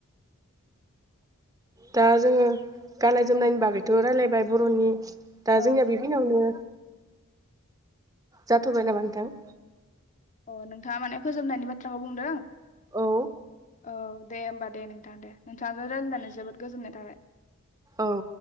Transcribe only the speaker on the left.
औ
अ नोंथाङा माने फोजोबनायनि बाथ्राखौ बुंदों।
औ दे होमबा दे नोंथां दे नोंथांजों रायज्लायनानै जोबोद गोजोननाय थाबाय।